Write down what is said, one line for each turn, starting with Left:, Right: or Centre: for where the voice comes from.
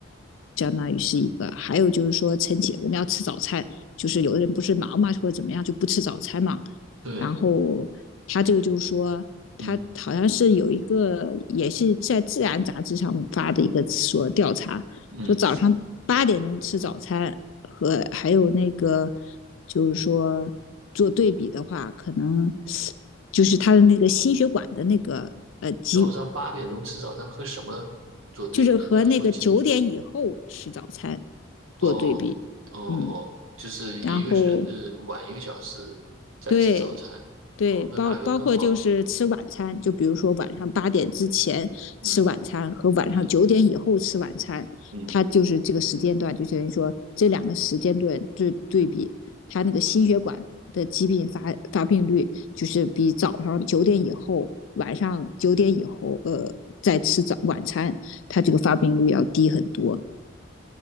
Left: 相当于是一个，还有就是说晨起我们要吃早餐，就是有的人不是忙嘛或者怎么样就不吃早餐嘛，
Right: 对，
Left: 然后他这个就是说。
Right: 嗯
Left: 他好像是有一个，也是在《自然》杂志上发的一个说调查，
Right: 嗯。
Left: 就早上八点钟吃早餐和还有那个，就是说做对比的话，可能就是他的那个心血管的那个呃疾，
Right: 早上八点钟吃早餐和什么做对比？
Left: 就是和那个九点以后吃早餐
Right: 你要说清楚啊。
Left: 做对比，
Right: 哦，哦哦，
Left: 嗯，
Right: 就是一个是呃晚一个小时再吃早餐，
Left: 然后对，对，
Right: 哦，那哪个更好一些呢？
Left: 包包括就是吃晚餐，就比如说晚上八点之前吃晚餐和晚上九点以后吃晚餐，
Right: 嗯嗯嗯，
Left: 它就是这个时间段，就等于说这两个时间段对对比，它那个心血管的疾病发发病率就是比早上九点以后、晚上九点以后，呃，再吃早晚餐，它这个发病率要低很多。